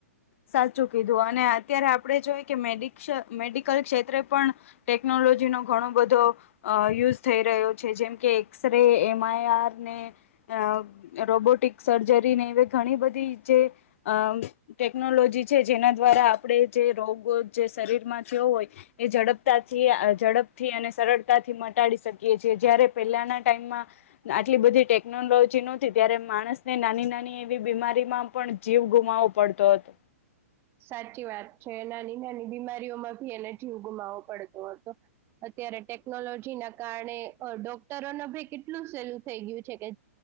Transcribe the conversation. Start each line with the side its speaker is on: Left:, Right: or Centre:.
Left: સાચું કીધું અને અત્યારે આપણે જોએ કે મેડિકલ ક્ષેત્રે પણ ટેકનોલોજી ટેનોલોજીનો ઘણો બધો યુઝ થઈ રહ્યો છે જેમ કે એક્સ ર એમઆઈઆર ને અ રોબોટિક સર્જરી ને એ ઘણી બધી જે અ ટેકનોલોજી છે જેના દ્વારા આપણે જે રોગો જે શરીરમાં થયો હોય એ ઝડપથી ઝડપથી અને સરળતાથી મટાડી શકીએ છીએ જારે પેલાના ટાઈમ આટલી બધી ટેકનોલોજી નતી ત્યારે માણસને નાની નાની એવી બીમારીમાં પણ જીવ ગુમાવવો પડતો હતો
Right: સાચી વાત છે નાની નાની બીમારીઓમાં ભી એને જીવ ગુમાવો પડતો હતો અત્યારે ટેકનોલોજી ના કારણે ડોક્ટરો ન ભાઈ કેટલું સહેલું થઈ ગયું છે કે